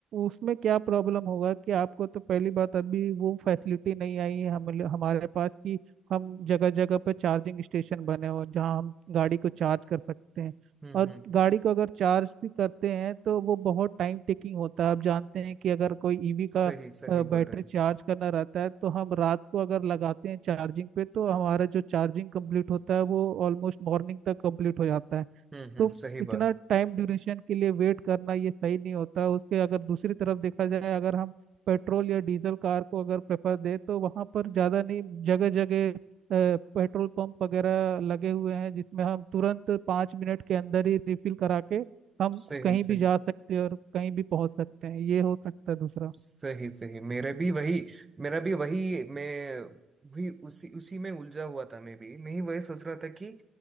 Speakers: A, on the right (about 60°); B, on the right (about 30°).
A: उसमें क्या प्रॉब्लम होगा कि आपको तो पहली बात अभी वो फैसिलिटी नहीं आई है हम हमारे पास कि हम जगह जगह पर चार्जिंग स्टेशन बने हों जहाँ हम गाड़ी को चार्ज कर सकते हैं
B: हम्म
A: और
B: हम्म
A: गाड़ी को अगर चार्ज भी करते हैं तो वो बहुत टाइम टेकिंग होता है आप जानते हैं कि अगर कोई ईवी
B: सही
A: का
B: सही
A: बैटरी
B: बोल रहे हैं
A: चार्ज करना रहता है तो हम रात को अगर लगाते हैं चार्जिंग पे तो हमारा जो चार्जिंग कंप्लीट होता है वो ऑलमोस्ट मॉर्निंग तक कंप्लीट हो जाता है
B: हम्म हम्म
A: तो
B: सही
A: इतना
B: बात
A: टाइम ड्यूरेशन के लिए वेट करना ये सही नहीं होता उसके अगर दूसरी तरफ देखा जाए अगर हम पेट्रोल या डीजल कार को अगर प्रेफर दें तो वहाँ पर ज़्यादा नहीं जगह जगह पेट्रोल पंप वगैरह लगे हुए हैं जिसमें हम तुरंत पाँच मिनट के अंदर ही रिफिल करा के हम
B: सही
A: कहीं भी
B: सही
A: जा सकते हैं और कहीं भी पहुंच सकते हैं ये हो सकता है दूसरा
B: सही सही मेरे भी वही मेरा भी वही मैं भी उसी उसी में उलझा हुआ था मैं भी मैं ही वही सोच रहा था कि